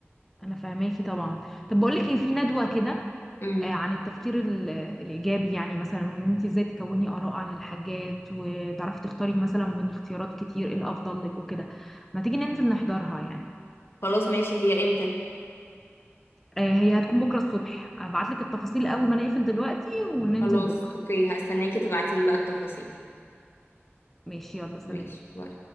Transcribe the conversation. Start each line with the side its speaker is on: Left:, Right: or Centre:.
Centre: أنا فاهماكي طبعا طب بقولك إيه في ندوة كده
Left: امم
Centre: آه، عن التفكير ال- الإيجابي يعني مثلا وإن أنت إزاي تكوني آراء عن الحاجات وتعرفي تختاري مثلا من اختيارات كتير إيه الأفضل لك وكده ما تيجي ننزل نحضرها يعني
Left: خلاص ماشي هي امتى
Centre: آه، هي هتكون بكرة الصبح هبعتلك التفاصيل أول ما نقفل دلوقتي وننزل
Left: خلاص
Centre: بكرة
Left: اوكي هستناكي تبعتيلي بقى التفاصيل
Centre: ماشي يلا سلام
Left: ماشي باي